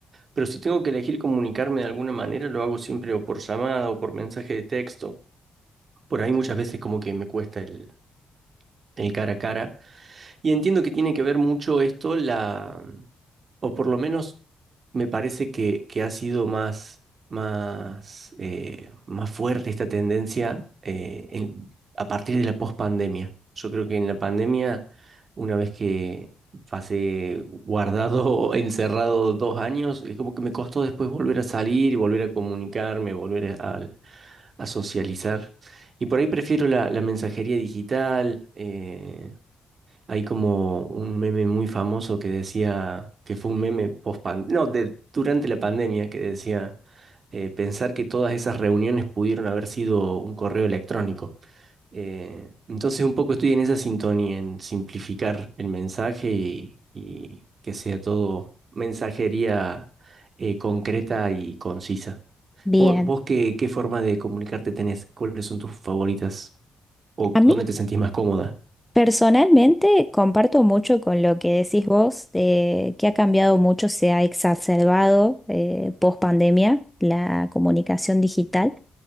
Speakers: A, on the right; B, in the centre.
A: pero si tengo que elegir comunicarme de alguna manera, lo hago siempre o por llamada o por mensaje de texto. Por ahí muchas veces como que me cuesta el, el cara a cara. Y entiendo que tiene que ver mucho esto, la, o por lo menos me parece que, que ha sido más, más, eh, más fuerte esta tendencia eh, en- a partir de la pospandemia. Yo creo que en la pandemia, una vez que pasé guardado, <laughs> o encerrado dos años, es como que me costó después volver a salir y volver a comunicarme, volver a, a socializar. Y por ahí prefiero la, la mensajería digital. eh, hay como un meme muy famoso que decía, que fue un meme post pan- no, de, durante la pandemia, que decía eh, pensar que todas esas reuniones pudieron haber sido un correo electrónico. Eh, entonces un poco estoy en esa sintonía, en simplificar el mensaje y, y que sea todo mensajería eh, concreta y concisa.
B: Bien.
A: ¿Vos, vos qué, qué forma de comunicarte tenés? ¿Cuáles son tus favoritas? ¿O
B: A mí
A: dónde te sentís más cómoda?
B: Personalmente comparto mucho con lo que decís vos, de que ha cambiado mucho, se ha exacerbado eh, post pandemia la comunicación digital.